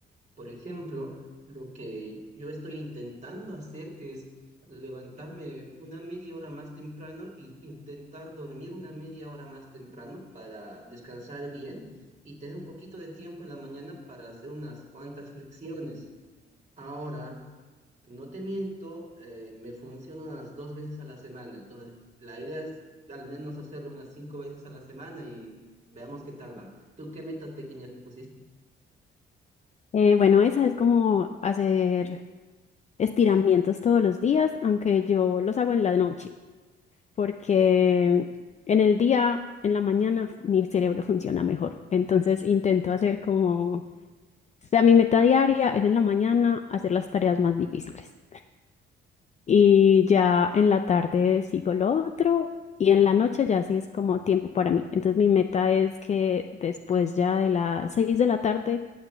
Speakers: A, on the right; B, on the left.
A: por ejemplo, lo que yo estoy intentando hacer es levantarme una media hora más temprano e intentar dormir una media hora más temprano para descansar bien y tener un poquito de tiempo en la mañana para hacer unas cuantas flexiones. Ahora, no te miento, eh, me funciona unas dos veces a la semana, entonces la idea es al menos hacerlo unas cinco veces a la semana y veamos qué tal va. ¿Tú qué metas pequeñas te pusiste?
B: Eh, bueno, esa es como hacer estiramientos todos los días, aunque yo los hago en la noche, porque en el día, en la mañana, mi cerebro funciona mejor. Entonces intento hacer como, o sea, mi meta diaria es en la mañana hacer las tareas más difíciles. Y ya en la tarde sigo lo otro y en la noche ya sí es como tiempo para mí. Entonces mi meta es que después ya de las seis de la tarde